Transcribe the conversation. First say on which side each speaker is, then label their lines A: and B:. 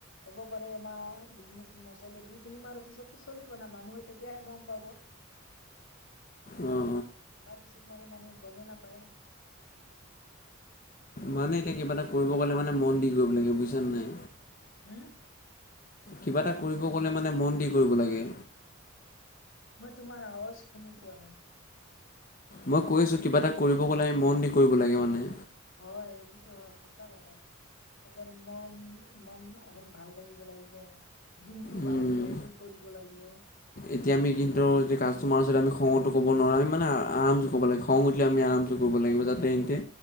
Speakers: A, on the left; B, on the left.
A: হ'ব পাৰে এমাহ বিজনেচ নচলে দুই তিনিমাহৰ পিছত। চলিব না মানুহে তেতিয়াহে গম পাব।
B: অ অ
A: তাৰ পিছত মানে মানুহে গমেই নাপায়।
B: মানে এতিয়া কিবা এটা কৰিব গ'লে মানে মন দি কৰিব লাগে বুজিছানে নাই?
A: হুম
B: কিবা এটা কৰিব গ'লে মানে মন দি কৰিব লাগে।
A: মই তোমাৰ আৱাজ শুনি পোৱা নাই?
B: মই কৈ আছোঁ কিবা এটা কৰিব গ'লে মন দি কৰিব লাগে মানে।
A: হয় সেইটোতো হয় সঁচা কথা। অকন মন মন অকন ভাল থাকিব লাগিব। যোনটো
B: উম,
A: ভাবো সেইটো কৰিব লাগিব।
B: এতিয়া আমি কিন্তু যে কাষ্টমাৰ ওচৰত আমি খঙটো ক'ব নোৱাৰো আমি মানে আৰামছে ক'ব লাগিব। খং উঠিলে আমি আৰামচে কৰিব লাগিব যাতে এহেতে